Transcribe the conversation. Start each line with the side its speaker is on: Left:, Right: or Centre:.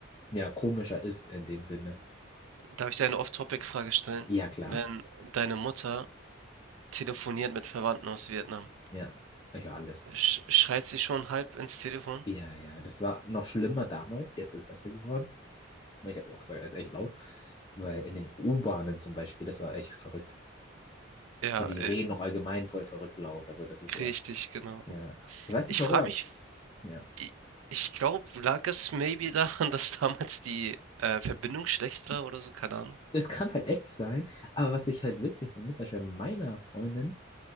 Left: ja, komischer ist in dem Sinne.
Right: Darf ich dir eine Off-Topic-Frage stellen?
Left: Ja, klar.
Right: Wenn deine Mutter telefoniert mit Verwandten aus Vietnam,
Left: Ja, ja, alles.
Right: sch schreit sie schon halb ins Telefon?
Left: Ja, ja, das war noch schlimmer damals. Jetzt ist besser geworden. Ich habe ja auch gesagt, es ist echt laut. Weil in den U-Bahnen zum Beispiel, das war echt verrückt.
Right: Ja,
Left: Oder die
Right: äh,
Left: reden noch allgemein voll verrückt laut. Also das ist ja,
Right: richtig, genau.
Left: ja. Ich weiß
Right: Ich
Left: nicht warum,
Right: frage
Left: aber,
Right: mich,
Left: ja.
Right: i- ich glaube, lag es maybe daran, <laughs> dass damals die äh, Verbindung schlecht war oder so? Keine Ahnung.
Left: Das kann halt echt sein, aber was ich halt witzig finde, zum Beispiel bei meiner Freundin,